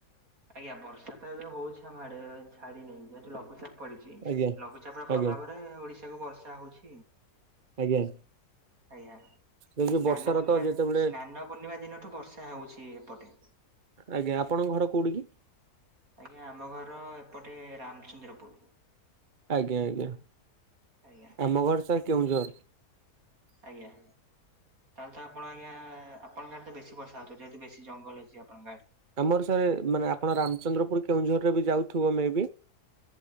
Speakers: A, on the right (about 60°); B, on the right (about 40°).
A: ଆଜ୍ଞା ବର୍ଷା ତ ଏବେ ହଉଛି ଆମ ଆଡେ ଛାଡି ନେଇ ଯେହେତୁ ଲଘୁଚାପ ପଡିଛି
B: ଆଜ୍ଞା
A: ଲଘୁଚାପ ର ପ୍ରଭାବରେ
B: ଆଜ୍ଞା
A: ଓଡିଶା କୁ ବର୍ଷା ହଉଛି।
B: ଆଜ୍ଞା
A: ଆଜ୍ଞା
B: ଏ
A: ସ୍ନାନ
B: ଯୋଉ ବର୍ଷାର
A: ପୂର୍ଣ୍ଣିମା
B: ତ ଯେତେବେଳେ
A: ସ୍ନାନ ପୂର୍ଣ୍ଣିମା ଦିନଠୁ ବର୍ଷା ହଉଛି ଏପଟେ।
B: ଆଜ୍ଞା ଆପଣଙ୍କ ଘର କୋଉଠି କି?
A: ଆଜ୍ଞା ଆମ ଘର ଏପଟେ ରାମଚନ୍ଦ୍ରପୁର।
B: ଆଜ୍ଞା ଆଜ୍ଞା
A: ଆଜ୍ଞା
B: ଆମ ଘର ସାର୍ କେଉଁଝର।
A: ଆଜ୍ଞା ତାହେଲେ ତ ଆପଣ ଆଜ୍ଞା। ଆପଣଙ୍କ ଆଡେ ତ ବେସି ବର୍ଷା ହଉଥିବ ଯେହେତୁ ବେଶ ଜଙ୍ଗଲ ଅଛି ଆପଣଙ୍କ
B: ଆମର ସାର୍ ମାନେ ଆପଣ ରାମଚନ୍ଦ୍ରପୁର କେଉଁଝର ରେ ବି ଯାଉଥିବ ମେ ବି।